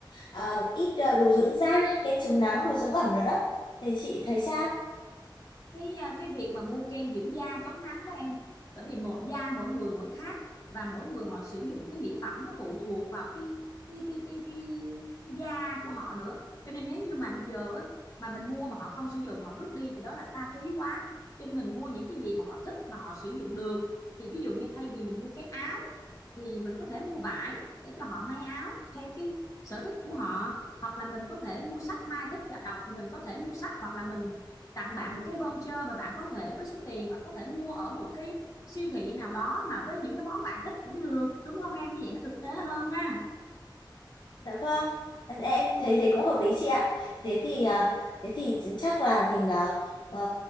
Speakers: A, on the left (about 65°); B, on the left (about 45°).
A: ờ, ít ờ, đồ dưỡng da, kem chống nắng, đồ dưỡng ẩm rồi đó. Thì chị thấy sao?
B: cái à, cái việc mà mua kem dưỡng da chống nắng đó em bởi vì mỗi da mỗi người mỗi khác và mỗi người họ sử dụng cái mỹ phẩm nó phụ thuộc vào cái cái cái cái cái da của họ nữa cho nên nếu như mà bây giờ á, mà mình mua mà họ không sử dụng họ vứt đi thì đó là xa xí quá cho nên mình mua những cái gì mà họ thích mà họ sử dụng được thì ví dụ như thay vì mình mua cái áo thì mình có thể mua vải để cho họ may áo theo cái sở thích của họ hoặc là mình có thể mua sách Mai thích đọc thì mình có thể mua sách hoặc là mình tặng bạn một cái voucher mà bạn có thể với số tiền bạn có thể mua ở một cái siêu thị nào đó mà với những cái món bạn thích cũng được đúng không em như vậy nó thực tế hơn ha
A: Dạ vâng, em thấy thế cũng hợp lý chị ạ. Thế thì à, thế thì chắc là mình à, à,